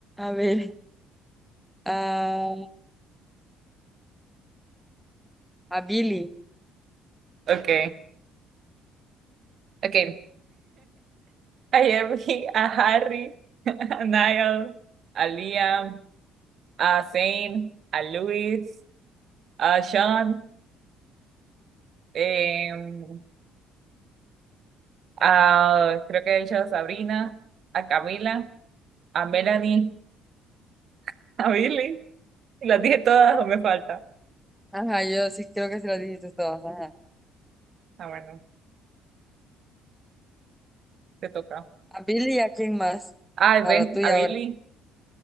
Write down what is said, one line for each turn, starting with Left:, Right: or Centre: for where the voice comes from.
Centre: ver, a, a Billy.
Right: okay okay Ayer vi a Harry, a Niall, a Liam, a Zane, a Luis, a Sean, em, Ah, creo que he dicho a Sabrina, a Camila, a Melanie, <laughs> a Billy. Las dije todas o me falta.
Centre: Ajá, yo sí creo que se lo dijiste todas, ajá.
Right: Ah, bueno, te toca.
Centre: A Billy y a quién más.
Right: Ay,
Centre: A
Right: ve,
Centre: la tuya
Right: a Billy.
Centre: ahora.